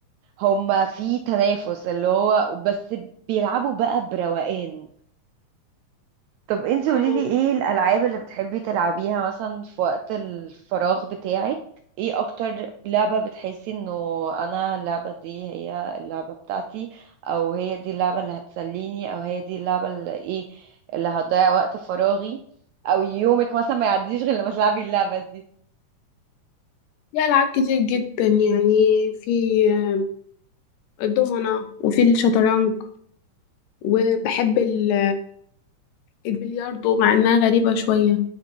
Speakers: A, on the right; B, on the left.
A: هما في تنافس اللي هو بس بيلعبوا بقى بروقان طب انتي
B: اه
A: قوليلي ايه الالعاب اللي بتحبي تلعبيها مثلا في وقت الفراغ بتاعك ايه اكتر لعبة بتحسي انه انا اللعبة دي هي اللعبة بتاعتي او هي دي اللعبة اللي هتسليني او هي دي اللعبة اللي ايه اللي هتضيع وقت فراغي او يومك مثلا ما يعديش غير لما تلعبي اللعبة دي
B: في العاب كتير جدا يعني في آه، الضمنه وفي الشطرنج وبحب ال- البلياردو مع انها غريبه شويه